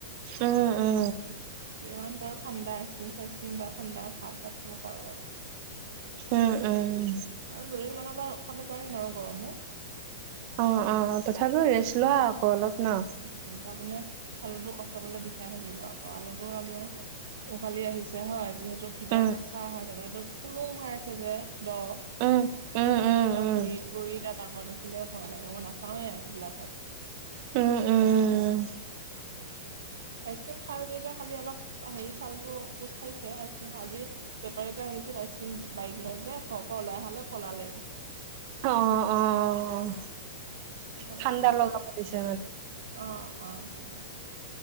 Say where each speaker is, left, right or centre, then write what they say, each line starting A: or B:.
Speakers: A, on the right; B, on the right.
A: উম উম
B: <unintelligible> ঠাণ্ডা আইচক্ৰীম চাইচক্ৰীম বা ঠাণ্ডা ভাত চাত খাব পাৰোঁ আৰু।
A: উম, উম।
B: আৰু দুদিনমানৰ পা খাব পাৰিম আৰু গৰমো।
A: অ', অ', তথাপিও ৰেষ্ট লোৱা আকৌ অলপ ন!
B: উম, উম, তাৰমানে আলুটো কষ্ট পালে বিষাই থাকিব আকৌ আলুটো তাৰমানে উঘালি আহিছে হয়, যিহেতু ভিতৰত
A: উম
B: কেঁচা হয়, গোটেইটো খুলুং হৈ আছে যে দ'।
A: উম, উম। উম
B: অ', দাঁতৰ
A: উম
B: গুড়ি, গুড়ি দাঁত আকৌ দেখিলে ভয় লাগে, মই নাচাওৱে এই গ্লাছত।
A: উম, উম।
B: আইচক্ৰীম খাই দিওঁতে কালি অলপ হেৰি ছালতো কোচ খাইছে আইচক্ৰীম আজি বেপাৰী এটা আহিছ আইচক্ৰীম বাইক লৈ পেলাই, ঘৰৰ পা ওলাই অহালৈ পলালেই।
A: অ', অ'।
B: হব
A: ঠাণ্ডা
B: লাগিব
A: লগাব দিছে
B: অ অ ধঠণ্ডা